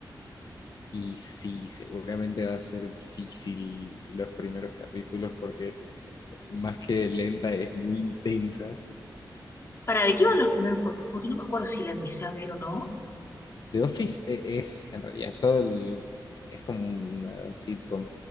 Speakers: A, on the left; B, on the left.
A: Y sí, seguramente va a ser difícil los primeros capítulos porque más que lenta es muy intensa.
B: ¿Para de qué van los primeros? po- Porque no me acuerdo si la empecé a ver o no.
A: The Office e- es, en realidad, todo el, es como una sitcom,